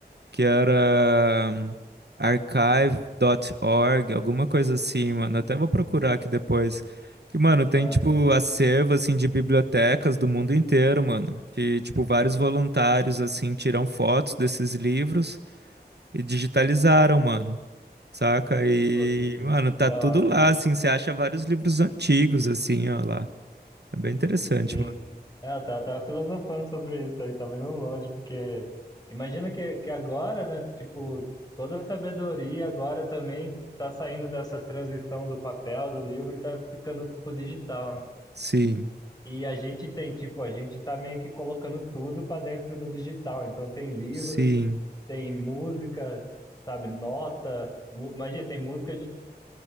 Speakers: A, on the right; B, on the left.
A: Que era hum, archive.org, alguma coisa assim, mano. Até vou procurar aqui depois. Que, mano, tem,
B: ah,
A: tipo, acervo, assim, de bibliotecas do mundo inteiro, mano. Que, tipo, vários voluntários, assim, tiram fotos desses livros e digitalizaram, mano. saca? E,
B: pô, que, que
A: mano, tá
B: da
A: tudo
B: hora,
A: lá,
B: né?
A: assim, você acha vários livros antigos, assim, ó, lá. É bem interessante,
B: Sim.
A: mano.
B: É, eu tava, tava filosofando sobre isso aí, tava indo longe, porque imagina que, que agora, né, tipo, toda a sabedoria agora também tá saindo dessa transição do papel, do livro e tá ficando pro digital, né?
A: Sim,
B: E a gente tem, tipo, a gente tá meio que colocando tudo pra dentro do digital. Então tem livros,
A: sim,
B: tem música, sabe, nota. mu- Imagina, tem música de